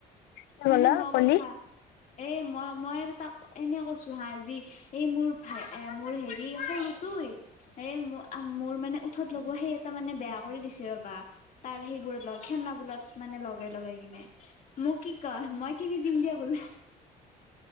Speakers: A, on the left; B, on the left.
A: কি
B: মানে
A: ক'লা
B: মই
A: কলি
B: ক'লো হা, এ মই মই আৰু তাক এনে কৈছোঁ হা আজি এই মোৰ ভা এ মোৰ হেৰি সৰু তই এ মোৰ মোৰ মানে উঠত লগোৱা সেই এটা মানে বেয়া কৰি দিছে ৰবা। তাৰ সেইবোৰত লগ খেলনাবোৰত মানে লগাই লগাই কিনে। মোক কি কয় মই কিনি দিম দিয়া বোলে।